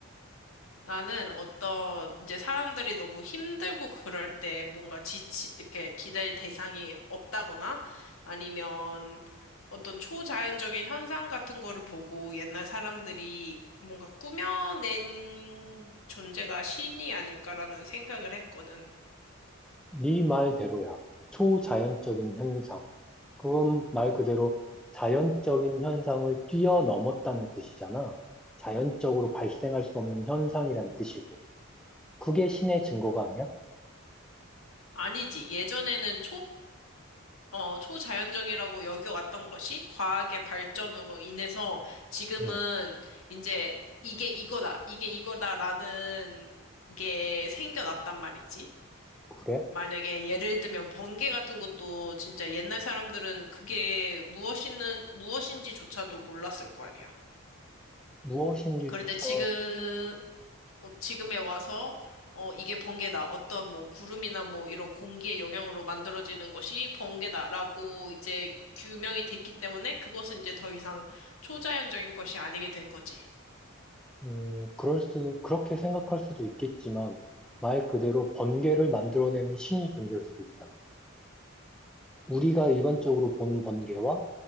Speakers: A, on the left; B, in the centre.
A: 나는 어떤 이제 사람들이 너무 힘들고 그럴 때 뭔가 지치 이렇게 기댈 대상이 없다거나 아니면 어떤 초자연적인 현상 같은 거를 보고 옛날 사람들이 뭔가 꾸며낸 존재가 신이 아닐까라는 생각을 했거든.
B: 네 말대로야. 초자연적인 현상. 그건 말 그대로 자연적인 현상을 뛰어넘었다는 뜻이잖아. 자연적으로 발생할 수 없는 현상이란 뜻이고. 그게 신의 증거가 아니야?
A: 아니지. 예전에는 어, 초자연적이라고 여겨왔던 것이 과학의 발전으로 인해서 지금은
B: 응,
A: 이제 이게 이거다, 이게 이거다라는 게 생겨났단 말이지.
B: 그래?
A: 만약에 예를 들면 번개 같은 것도 진짜 옛날 사람들은 그게 무엇이는, 무엇인지조차도 몰랐을 거 아니야.
B: 무엇인지조차,
A: 그런데 지금, 어, 지금에 와서 어, 이게 번개다. 어떤 뭐 구름이나 뭐 이런 공기의 영향으로 만들어지는 것이 번개다라고 이제 규명이 됐기 때문에 그것은 이제 더 이상 초자연적인 것이 아니게 된 거지.
B: 음, 그럴 수, 그렇게 생각할 수도 있겠지만, 말 그대로 번개를 만들어내는 신이 존재할 수도 있잖아. 우리가 일반적으로 보는 번개와